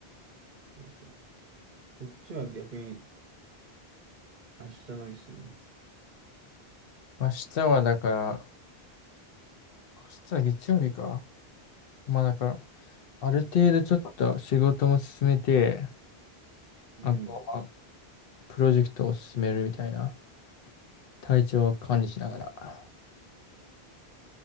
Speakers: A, on the right; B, on the left.
A: そうそう。そっちは逆に明日何するの
B: 明日はだから、明日は月曜日か。まあだから、ある程度ちょっと仕事も進めて、
A: うん。
B: あとはプロジェクトを進めるみたいな、体調を管理しながら、